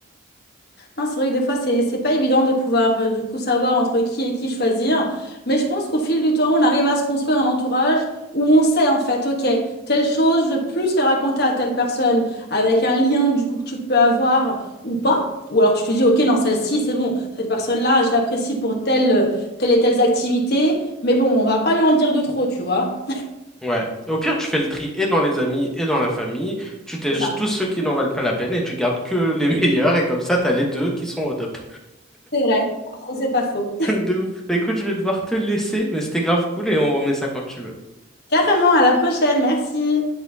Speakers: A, on the left (about 50°); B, in the centre.
A: Non, c'est vrai que des fois, c'est, c'est pas évident de pouvoir euh, du coup savoir entre qui et qui choisir. Mais je pense qu'au fil du temps, on arrive à se construire un entourage où on sait en fait, ok, telle chose, je vais plus les raconter à telle personne avec un lien du coup que tu peux avoir ou pas. Ou alors tu te dis, ok, non, celle-ci, c'est bon, cette personne-là, je l'apprécie pour telle, telle et telle activité. Mais bon, on va pas lui en dire de trop, tu vois.
B: Ouais. Au pire, tu fais le tri et dans les amis et dans la famille. Tu tèges
A: C'est ça.
B: tous ceux qui n'en valent pas la peine et tu gardes que les <laughs> meilleurs. Et comme ça, t'as les deux qui sont au top.
A: C'est vrai. C'est pas faux.
B: <laughs> De ouf. Écoute, je vais devoir te laisser, mais c'était grave cool et on remet ça quand tu veux.
A: <laughs> Carrément, à la prochaine. Merci.